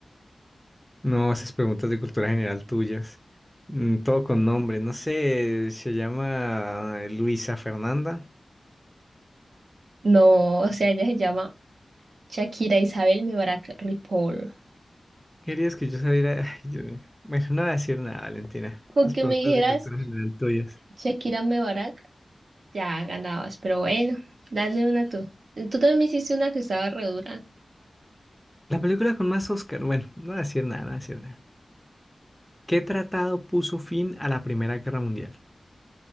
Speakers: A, in the centre; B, on the right.
A: No, esas preguntas de cultura general tuyas. Mm, todo con nombre, no sé, se llama eh, Luisa Fernanda.
B: No, o sea, ella se llama Shakira Isabel Mebarak Ripoll.
A: Querías que yo saliera. Ay, Dios mío. Bueno, no voy a decir nada, Valentina.
B: Con
A: Las
B: que
A: preguntas
B: me dijeras
A: de cultura general tuyas.
B: Shakira Mebarak, ya ganabas, pero bueno, dale una tú. Tú también me hiciste una que estaba re dura.
A: La película con más Oscar. Bueno, no voy a decir nada, no voy a decir nada. ¿Qué tratado puso fin a la Primera Guerra Mundial?